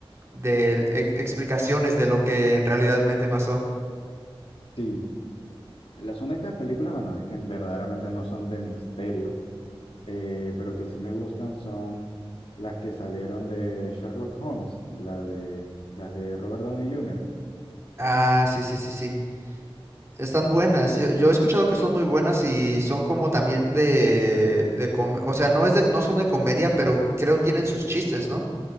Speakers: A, on the right; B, on the left.
A: de e- explicaciones de lo que en realidadmente pasó.
B: Sí, las únicas películas, bueno, es que verdaderamente no son de misterio, eh, pero que sí me gustan son las que salieron de Sherlock Holmes, la de, las de Robert Downey Jr.
A: Ah, sí, sí, sí, sí. Están buenas. Yo, yo he escuchado que son muy buenas y son como también de, de com- o sea, no es de, no son de comedia, pero creo tienen sus chistes, ¿no?